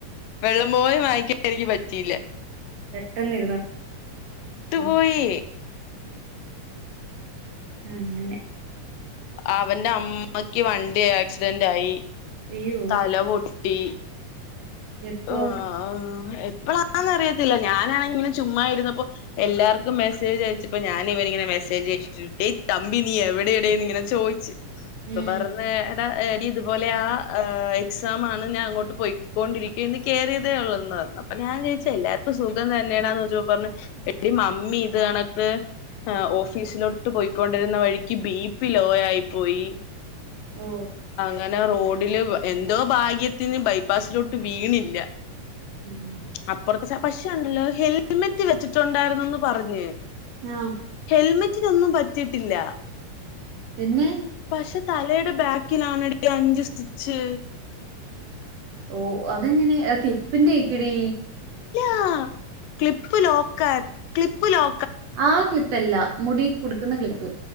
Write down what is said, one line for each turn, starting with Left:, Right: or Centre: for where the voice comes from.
Left: വെള്ളം പോയി വാങ്ങിക്കാൻ എനിക്ക് പറ്റീല്ല
Right: പെട്ടെന്ന് <unintelligible>
Left: ട്ടു പോയി
Right: അങ്ങനെ
Left: അവന്റെ അമ്മക്ക് വണ്ടി ആക്സിഡന്റ് ആയി
Right: അയ്യോ
Left: തല പൊട്ടി
Right: എപ്പോ
Left: ആ ആ എപ്പോഴാന്ന അറിയത്തില്ല ഞാനാണെങ്കി ഇങ്ങനെ ചുമ്മായിരുന്നപ്പോ എല്ലാർക്കും മെസ്സേജ് അയച്ചിപ്പോ ഞാനൻ ഇവനി ഇങ്ങെ മെസ്സേജ് അയച്ചിട്ട് ഡേ തമ്പി നീ എവിടെയടേന്ന് ഇങ്ങനെ ചോയിച്ച്. ഇപ്പൊ
Right: ഉം
Left: പറഞ്ഞ ഇതുപോലെ ആ എക്സാം ആണ് ഞാൻ അങ്ങോട്ട് പോയിക്കൊണ്ടിരി ന്ന് കേയറിയതേ ഉള്ളൂന്ന് പറഞ്ഞു അപ്പൊ ഞാൻ ചോയിച്ച് എല്ലാർക്കും സുഖം തന്നെയണാന്ന് ചോദിച്ച പറഞ്ഞു എടി മമ്മി ഇത് കണക്ക് ഓഫീസിലോട്ട് പോയിക്കൊണ്ടിരുന്ന വഴിക്ക് ബി പി ലോ ആയി പോയി.
Right: ഓ
Left: കനെ റോഡില് എന്തോ ഭാഗ്യത്തിന് ബൈപ്പാസിലോട്ട് വീണില്ല.
Right: ഉം
Left: അപ്പറത്തെ സ പക്ഷോണ്ടല്ലോ ഹെൽമെറ്റ് വെച്ചിട്ടുണ്ടായിരുന്നന്ന് പറഞ്ഞേ
Right: ആഹ
Left: ഹെൽമെറ്റിനൊന്നും പറ്റിട്ടില്ല
Right: പിന്നെ
Left: ക്ഷെ തലയടെ ബാക് കിലാനട അഞ്ച്സ്ചിച്ച്
Right: ഓ അതെങ്ങനെ അക്ലിപ്പിന്റെ ക്കിടി
Left: ആഹ ക്ലിപ്പ് ലോക്കാര് ക്ലിപ്പ് ലോ
Right: ആഹ് ക്ലിപ്പല്ല മുടി കൊടുക്കുന്ന ക്ലിപ്പ്